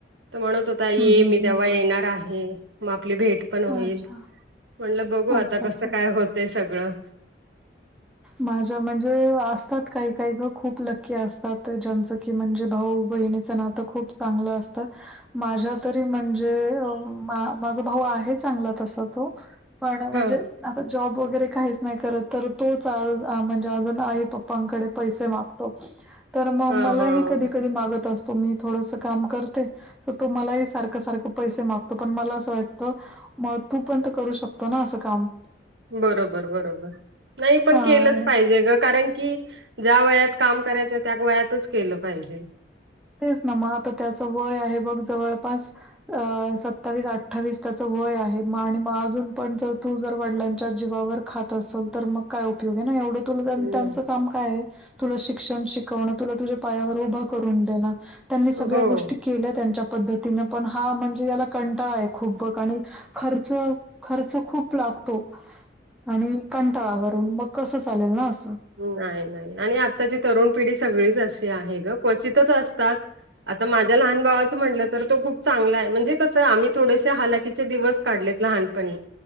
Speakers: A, on the right (about 85°); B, in the centre.
A: त म्हणत होता, ये
B: हं, हं,
A: मी
B: हं.
A: तेव्हा येणार आहे, म आपली भेट पण होईल,
B: अच्छा,
A: म्हणलं बघू
B: अच्छा,
A: आता
B: अच्छा.
A: कस काय होतय सगळं
B: माझ्या म्हणजे असतात काही काही ग खूप लक्की असतात, ज्यांचं की म्हणजे भाऊ बहिणीचं ना त खूप चांगलं असतं. माझ्या तरी म्हणजे अ मा माझा भाऊ आहे चांगला तसा तो पण म्हणजे
A: ह
B: आता जॉब वगैरे काहीच नाही करत तर तोच आ अ म्हणजे अजून आई पप्पांकडे पैसे मागतो. तर मग
A: हा
B: मलाही
A: हा
B: कधी कधी मागत असतो, मी थोडस काम करते. त तो मलाही सारखं सारखं पैसे मागतो, पण मला असं वाटत मग तू पण करू शकतो ना असं काम
A: बरोबर बरोबर नाही पण
B: हां.
A: केलंच पाहिजे ग कारण की ज्या वयात काम करायचंय त्या वयातच केलं पाहिजे.
B: तेच ना मग आता त्याच वय आहे बघ जवळपास अ सत्तावीस अठ्ठावीस त्याचं वय आहे. म आणि मग अजून पण जर तू जर वडिलांच्या जीवावर खात असल तर मग काय उपयोग ये ना, एवढं तुला त्यान
A: हम्म.
B: त्यांच काम काय आय, तुला शिक्षण शिकवण, तुला तुझ्या पायावर उभं करून देणं त्यांनी सगळ्या
A: हो
B: गोष्टी केल्या त्यांच्या पद्धतीनं पण हा म्हणजे याला कंटाळा आहे खूप बघ आणि खर्च खर्च खूप लागतो आणि कंटाळा वरून मग कसं चालेल ना असं
A: नाई नाई आणि आत्ताची तरुण पिढी सगळीच अशी आहे ग क्वचितच असतात. आता माझ्या लहान भावाचं म्हणलं तर तो खूप चांगला आहे म्हणजे कसं आम्ही थोडेसे हलाकीचे दिवस काढलेत लहानपणी